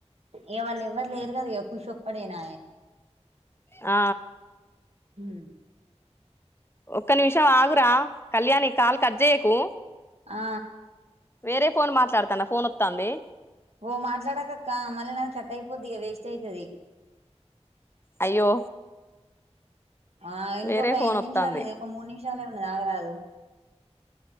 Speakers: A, on the right; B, on the left.
A: ఇగ వాళ్ళేవ్వరు లేరు కద ఇగ ఖుషోక్కడైనాయే
B: ఆ
A: హుహ్
B: ఒక్క నిమిషం ఆగురా కళ్యాణి కాల్ కట్ జేయకు.
A: ఆ
B: వేరే ఫోన్ మాట్లాడతాను ఫోన్ ఓత్తాంది.
A: ఓ మాట్లాడాకక్క మళ్ళ నాది కట్ అయిపోద్ది ఇక వేస్ట్ అయితది.
B: అయ్యో
A: ఆ ఇంకొక
B: వేరే ఫోన్
A: ఎన్ని
B: వత్తాంది
A: నిమ్షాలు ఉన్నది ఒక మూడు నిమ్షాలే ఉన్నాది ఆగరాదు.